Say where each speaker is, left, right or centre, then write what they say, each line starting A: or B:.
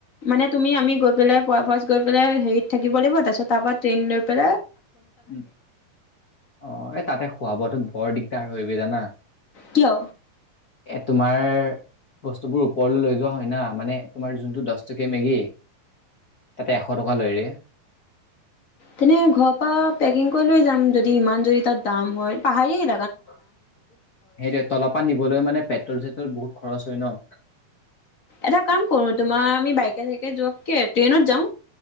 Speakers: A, on the left; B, on the left.
A: মানে তুমি আমি গৈ পেলা ফাষ্ট গৈ পেলা হেৰিত থাকিব লাগিব তাৰপিছত তাৰ ট্ৰেইন লৈ প
B: উ অ এই তাতে খোৱা বোৱাটো বৰ দিগদাৰ তাৰ হৈ বে জানা
A: কিয়
B: এ তোমাৰ বস্তুবোৰ ওপৰলৈ লৈ যোৱা হয় না মানে তোমাৰ যোনটো দহ টকিয়া মেগী তাতে এশ টকা লয়ৰে
A: তেনে ঘৰ পৰা পেকিং কৰি লৈ যাম যদি ইমান যদি তাত দাম হয় পাহাৰ এ
B: সেইটোৱে তলপ পৰা নিবলৈ মানে পেট্ৰল চেট্ৰল বহুত খৰচ হয় ন
A: এটা কাম কৰো তোমাৰ আমি বাইকে চাইকে যোৱাতকে ট্ৰেইনত যাওঁ